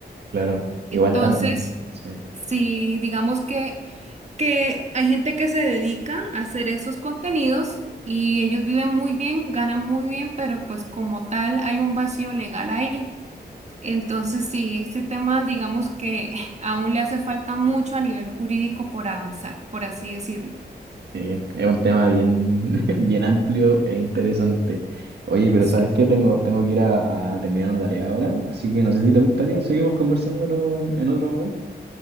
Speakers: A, on the right (about 70°); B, on the right (about 40°).
A: claro.
B: Entonces,
A: Igual también, sí.
B: si digamos que que hay gente que se dedica a hacer esos contenidos y ellos viven muy bien, ganan muy bien, pero pues como tal hay un vacío legal ahí. Entonces, sí, este tema digamos que <laughs> aún le hace falta mucho a nivel jurídico por avanzar, por así decirlo.
A: Sí, es un tema bien, <laughs> bien amplio e interesante. Oye, pero
B: Sí,
A: ¿sabes qué? Tengo, tengo que ir a, a terminar una tarea ahora, así que no sé si te gustaría, seguimos conversándolo en en otro momento.